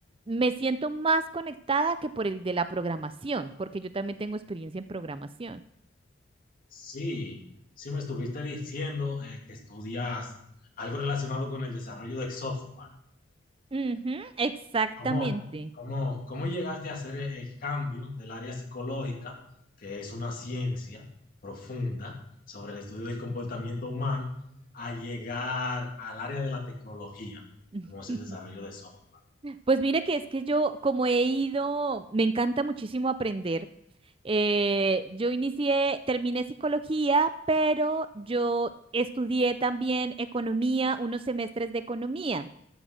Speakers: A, on the right; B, on the left.
A: me siento más conectada que por el de la programación, porque yo también tengo experiencia en programación.
B: sí, sí me estuviste diciendo eh, que estudias algo relacionado con el desarrollo de software.
A: Ujú, exactamente.
B: ¿Cómo, cómo, cómo llegaste a hacer el, el cambio del área psicológica, que es una ciencia profunda sobre el estudio del comportamiento humano, a llegar al área de la tecnología,
A: <laughs>
B: como es el desarrollo de software?
A: Pues mira que es que yo, como he ido, me encanta muchísimo aprender. Eh, yo inicié, terminé psicología, pero yo estudié también economía, unos semestres de economía